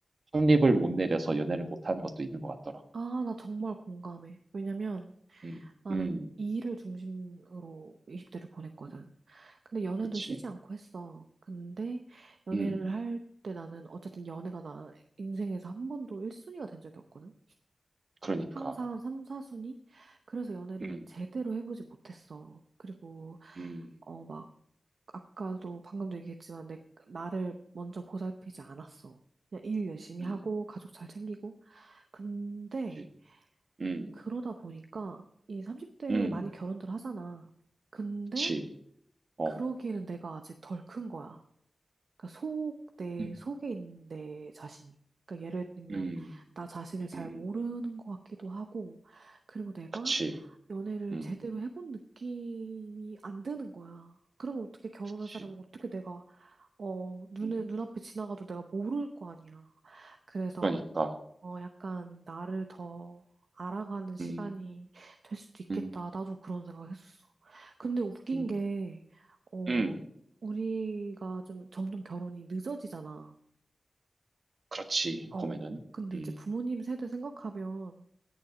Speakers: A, on the right; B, on the right.
A: 확립을 못 내려서 연애를 못하는 것도 있는 것 같더라고.
B: 아, 나 정말 공감해. 왜냐면
A: 음,
B: 나는
A: 음,
B: 이 일을 중심으로 20대를 보냈거든.
A: 음,
B: 근데 연애도
A: 그치.
B: 쉬지 않고 했어. 근데 연애를
A: 음.
B: 할 때 나는 어쨌든 연애가 나 인생에서 한 번도 1순위가 된 적이 없거든.
A: 그러니까.
B: 항상 3, 4순위? 그래서 연애를
A: 음.
B: 제대로 해보지 못했어. 그리고
A: 음.
B: 어 막 아까도 방금도 얘기했지만 내 나를 먼저 보살피지 않았어.
A: 음.
B: 그냥 일 열심히
A: 음.
B: 하고 가족 잘 챙기고 근데
A: 그치. 음.
B: 그러다 보니까 이 30대에
A: 음.
B: 많이 결혼들 하잖아.
A: 그치.
B: 근데
A: 어.
B: 그러기에는 내가 아직 덜 큰 거야. 그러니까 속, 내
A: 음.
B: 속에 있는 내 자신이. 그러니까 예를 들면
A: 음. 음.
B: 나 자신을 잘
A: 음,
B: 모르는 것 같기도 하고, 그리고 내가
A: 그치.
B: 연애를
A: 음.
B: 제대로 해본 느낌이 안 드는 거야. 그러면 어떻게 결혼할
A: 그치.
B: 사람은 어떻게 내가 어 눈에
A: 음.
B: 눈앞에 지나가도 내가 모를 거 아니야. 그래서
A: 그러니까.
B: 어, 약간 나를 더 알아가는 시간이
A: 음.
B: 될 수도 있겠다.
A: 음.
B: 나도 그런 생각했었어. 근데 웃긴
A: 음.
B: 게, 어,
A: 음.
B: 우리가 좀 점점 결혼이 늦어지잖아.
A: 그렇지.
B: 어,
A: 봄에는.
B: 근데
A: 음.
B: 이제 부모님 세대 생각하면